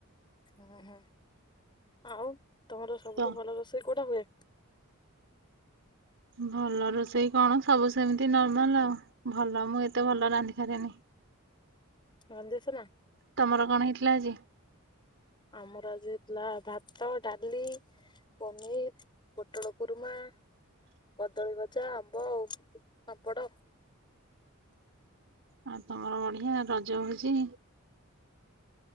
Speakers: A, on the left; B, on the right.
A: ଓଁ ହଁ ଆଉ ତମର ସବୁଠୁ
B: ତ
A: ଭଲ ରୋଷେଇ କୋଉଟା ହୁଏ?
B: ଭଲ ରୋଷେଇ କଣ ସବୁ ସେମିତି ନର୍ମାଲ ଆଉ ଭଲ ମୁଁ ଏତେ ଭଲ ରାନ୍ଧିିପାରେନି।
A: ମନ୍ଦ ଦେସ ନା?
B: ତମର କଣ ହେଇଥିଲା ଆଜି?
A: ଆମର ଆଜି ହେଥିଲା ଭାତ ଡାଲି ପନିର୍ ପୋଟଳ କୁରୁମା। କଦଳୀ ଭଜା ଆମ୍ବ ଆଉ ପାମ୍ପଡ।
B: ଆଉ ତମର ବଢିଆ ରଜ ଭୋଜି?